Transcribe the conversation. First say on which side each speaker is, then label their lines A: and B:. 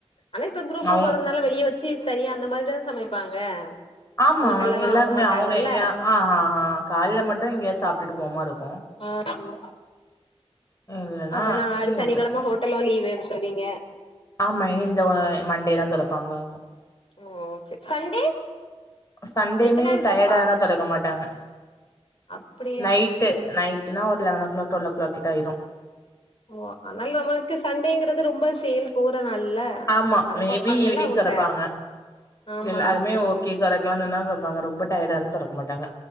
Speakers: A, on the left (about 55°); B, on the left (about 30°).
A: ஆனா இப்ப குரூப்பா
B: அவுங்
A: போறதுனால வெளிய வச்சு தனியா அந்த மாரி தானே சமைப்பாங்க
B: ஆமா
A: ஹோட்டல்லல்லா
B: எல்லாருமே
A: வாங்க மாட்டாங்கல்ல
B: அவுங்க ஆ ஹ ஹ கால்ல மட்டு எங்கயாசு சாப்ட்டு போறா மாரி இருக்கு
A: ஆ <unintelligible>
B: இல்லன்னா
A: அப்ப நா அடுத்
B: இங்க
A: சனிக்கிழம
B: அப்டி
A: ஹோட்டல்லு லீவு விட்ருவீங்க
B: ஆமா இந்த மண்டே தா தொறப்பாங்ளா இருக்கு
A: ஓ சேர் சண்டே
B: சண்டேமே
A: ரெண்டு நாள்
B: டயர்டா
A: ட்ரிப்பா
B: இருந்த தொடக்க மாட்டாங்க
A: அப்டியா
B: நைட்டு
A: ம்
B: நைட் ட்டுனா ஒரு eleven o'clock twelve o'clock கிட்ட ஆயிரு
A: ஓ அத்னால் நம்மளுக்கு சண்டேங்கறது ரொம்ப சேல் போற நாள்ல
B: ஆமா
A: அத
B: மேபி
A: பாப்பாங்கல்ல
B: ஈவினிங்
A: அவங்க
B: தொறப்பாங்க
A: ஆமா
B: எல்லாருமே ஒ கே தொறக்லானுன்னா தொறப்பாங்க ரொம்ப டயடா இருந்தா தொறக்க மாட்டாங்க